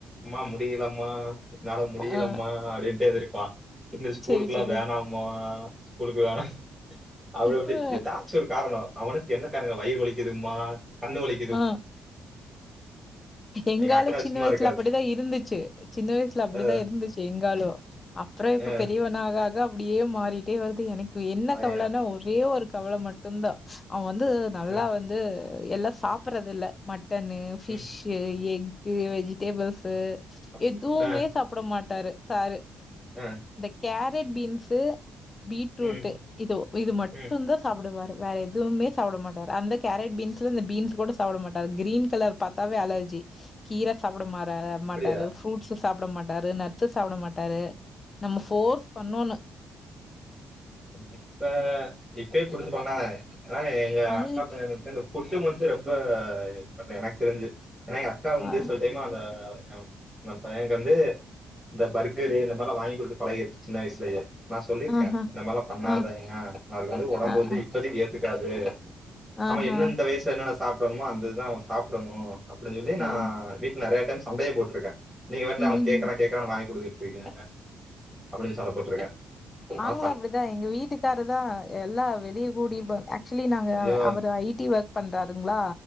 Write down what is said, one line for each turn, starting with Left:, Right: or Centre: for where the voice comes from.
Centre: மா முடியலமா என்னால முடியலம்மா
Left: ஆ.
Centre: அப்படின்ட்டு எந்திரிப்பான் இந்த ஸ்கூலுக்கு
Left: சரி,
Centre: எல்லா
Left: சரி.
Centre: வேணாமா ஸ்கூலுக்கு வேணா அப்டி அப்டி
Left: ஆ.
Centre: ஏதாச்சும் ஒரு காரணம் அவனுக்கு என்ன காரணங்க வயிறு வலிக்குது மா கண்ணு வலி
Left: ஆ எங்காலு
Centre: எங்க அக்கா
Left: சின்ன
Centre: சும்மா
Left: வயசுல
Centre: இருக்காது
Left: அப்படிதா இருந்துச்சு சின்ன வயசுல அப்படிதா
Centre: அஹ்,
Left: இருந்துச்சு எங்காலு அப்புறம் இப்ப
Centre: அஹ்,
Left: பெரியவன் ஆக ஆக அப்டியே மாறிட்டே வருது எனக் இப்ப என்ன
Centre: பழைய
Left: கவலனா ஒரே ஒரு கவல மட்டும்தா அவன் வந்து நல்லா
Centre: அஹ்,
Left: வந்து எல்லா சாப்பறது இல்ல ம ட்டனு ஃபிஷ்ஷு
Centre: ம்,
Left: எக் கு வெஜிடபிள்ஸ்
Centre: அப்-
Left: எதுவுமே
Centre: அஹ்,
Left: சாப்பிட மாட்டாரு சாரு
Centre: அஹ்,
Left: இந்த கேர் ரெட் பீன்ஸு பீட்ரூட்டு்
Centre: ம்,
Left: இதோ இது மட்டுந்
Centre: ம்.
Left: தா சாப்புடுவாரு வேற எதுவுமே சாப்புட மாட்டாரு அந்த கேரட் பீன்ஸ்ல இந்த பீன்ஸ் கூட ஸ் சாப்புட மாட்டாரு கிரீன் கலர் பாத்தாவே அலர்ஜி கீர சாப்புட மா தர
Centre: அப்படியா
Left: மாட்டாரு ஃப்ரூட்ஸு சாப்புட மாட் டாரு நட்ஸ் சாப்புட மாட்டாரு நம்ம ஃப் ஃபோர்ஸ் பண்ணோன்னு
Centre: <unintelligible> கிட்ட இப்பேப் குடுத்து <unintelligible> நா எங்க
Left: ஐ-
Centre: அக்கா பயனுக்கு தா இந்தப் ஃபுட்டு மட்டு ரொம்ப பண்ற எனக்கு தெரிஞ்சு ஏன்னா எ அக்கா வந்து
Left: ஆ
Centre: சில டைம் அந்த <unintelligible> இவ அந் பையன் இங்க வந்து இந்த பர்க்கரு இந்த மார்லா வாங்கி குடுத்து பழகிடுச்சு சின்ன வயசுலயே நா சொல்லிருக்க
Left: ஆஹா
Centre: இந்த மாரிலா பண்ணாதாய்ங்கா
Left: ஆ
Centre: அவருக்கு வந்து ஒடம்பு
Left: ஆ
Centre: வந்து
Left: ஆ,
Centre: இப்பதிக்கு ஏத்து க்காது
Left: ஆஹா
Centre: ஆமா எந்தெந்த வயசுல என்னன்ன சாப் புடுணுமோ அந்த இது அவ சாப்புடணு அப்டின்னு சொல்லி நா
Left: ஆ
Centre: வீட் ல நெறய டைம் சண்டயே போட்ருக்கே நீங்க வேறல
Left: ம்
Centre: அவ கேக்குறா
Left: ம்,
Centre: கேக்கறான்னு வாங்கி குடுக்கு றிங்க அப்டின்னு சண்டப் போட்ருக்கே லோ
Left: களு அப்டிதா எங்க வீட்டுக்காரர் தா எல்லா வெளியே கூட்டிட்டு போ ஆக்சுவலி நாங் க
Centre: ஐயோ!
Left: அவரு ஐ டி ஒர்க் பண்றாருங்களா